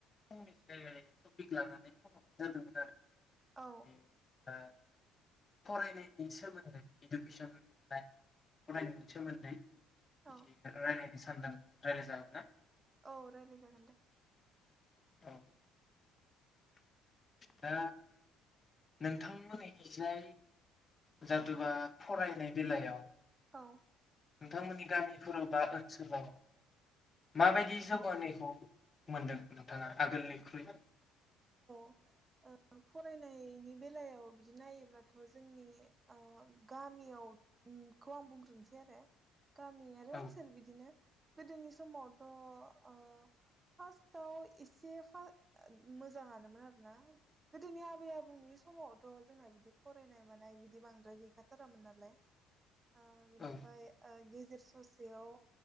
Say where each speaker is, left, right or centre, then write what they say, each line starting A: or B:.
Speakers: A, on the left; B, on the right.
A: फंनैसो <unintelligible> टपिक लानानै फनहरनाय जादोंमोन आरो।
B: औ।
A: ए जेनेबा फरायनायनि सोमोन्दै इडुकेसन लाइ फरायनायनि सोमोन्दै? बि
B: औ
A: राइलायनो सानदों रायलाय जोगोन्ना?
B: औ राय्लाय जागोन दे।
A: औ दा नोंथांमोननि इजाय जादोबा फरायनाय बेलायाव
B: औ।
A: नोंथांमोननि गामिफोराव बा ओनसोलाव माबायदि जौगानायखौ मोनदों नोंथाङा आगोलनिख्रुइ?
B: ओ फरायनायनि बेलायाव बिदि नायोब्लाथ' जोंनि ओ गामियाव ओ खौ आं बुंख्रोनसै आरो। गामि आरो
A: औ
B: ओनसोल बिदिनो‌। गोदोनि समावथ' ओ‌ फार्स्टआव एसे - मोजाङानो मोन आरोना गोदोनि आबै आबौनि समाव थ जोंना बिदि फरायनाय मानाय बिदि बिदि बांद्राय गैखाथारामोन नालाय। ओ बिनिफ्राय‌
A: औ
B: ओ <unintelligible> गेजेर ससेयाव